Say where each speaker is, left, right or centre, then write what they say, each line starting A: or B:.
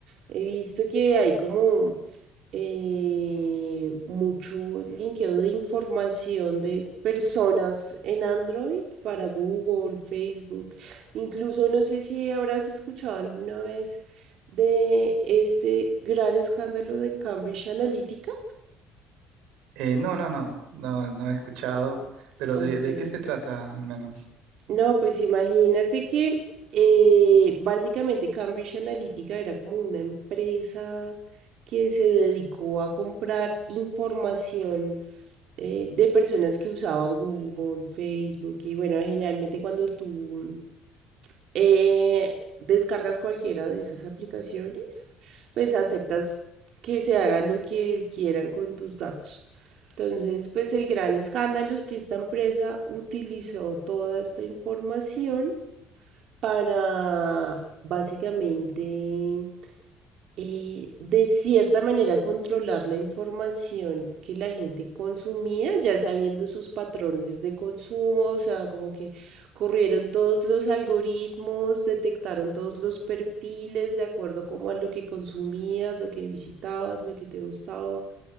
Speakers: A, on the right (about 55°); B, on the right (about 90°).
A: He visto que hay como eh, mucho linkeo de información de personas en Android para Google, Facebook. Incluso no sé si habrás escuchado alguna vez de este gran escándalo de Cambridge Analytica.
B: Eh, no, no, no, no, no he escuchado. Pero
A: Ok.
B: ¿de, de qué se trata al menos?
A: No, pues imagínate que eh, básicamente Cambridge Analytica era como una empresa que se dedicó a comprar información eh, de personas que usaban Google, Facebook y bueno, generalmente cuando tú eh, descargas cualquiera de esas aplicaciones, pues aceptas que se haga lo que quieran con tus datos. Entonces, pues el gran escándalo es que esta empresa utilizó toda esta información para básicamente eh, de cierta manera controlar la información que la gente consumía, ya sabiendo sus patrones de consumo, o sea, como que corrieron todos los algoritmos, detectaron todos los perfiles de acuerdo como a lo que consumías, lo que visitabas, lo que te gustaba